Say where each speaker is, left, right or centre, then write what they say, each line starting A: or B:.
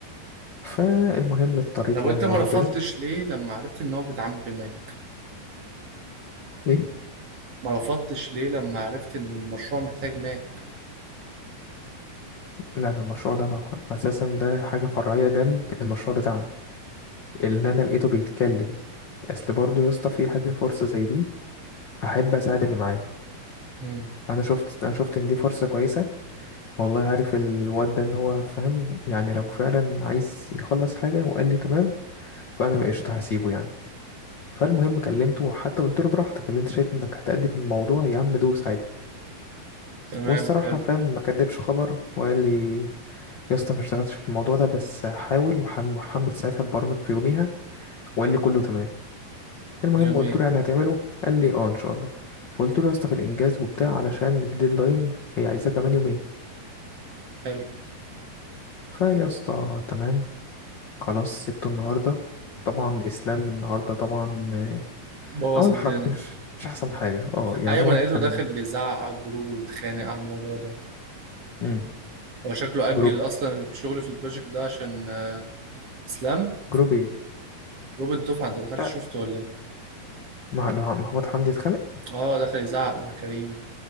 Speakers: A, on the left (about 80°); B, on the right (about 45°).
A: فالمهم اضطريت
B: طب وانت
A: يعني
B: ما
A: أقول
B: رفضتش
A: له كده
B: ليه لما عرفت ان هو بيتعامل بماك؟
A: إيه
B: ما رفضتش ليه لما عرفت ان المشروع محتاج ماك؟
A: لا أنا المشروع ده أنا أساسا ده حاجة فرعية جنب المشروع بتاعنا اللي أنا لقيته بيتكلم أصل برضه يا اسطى في حاجة فرصة زي دي أحب أساعد اللي معايا
B: امم
A: أنا شفت أنا شفت إن دي فرصة كويسة والله عارف الواد ده ان هو فاهم يعني لو فعلا عايز يخلص حاجة وقال لي تمام فانا ما قشطة هسيبه يعني فالمهم كلمته وحتى قلت له براحتك اللي انت شايف انك هتأدي في الموضوع يا عم دوس عادي
B: تمام
A: والصراحة
B: حلو
A: فاهم ما كدبش خبر وقال لي يا اسطى ما اشتغلتش في الموضوع ده بس حاول وحمل ساعتها ببرمج في يوميها وقال لي كله تمام المهم
B: جميل
A: قلت له يعني هتعمله قال لي اه ان شاء الله فقلت له يا اسطى في الانجاز وبتاع علشان الديدلاين هي عايزاه كمان يومين
B: حلو
A: فيا اسطى تمام خلاص سبته النهارده طبعا اسلام النهارده طبعا آه،
B: بوظ
A: عمل
B: الدنيا
A: حركات مش مش احسن حاجه اه يعني
B: ايوه
A: هو
B: ما لقيته
A: كان
B: داخل بيزعق على الجروب وبيتخانق على الموضوع ده
A: مم.
B: هو شكله أجل
A: جروب
B: أصلا الشغل في البروجكت ده عشان آه، اسلام
A: جروب ايه
B: روبرت دفعه انت دخلت
A: لا
B: شفته ولا ايه
A: مح- ده محمود حمدي اتخانق
B: اه دخل يزعق مع كريم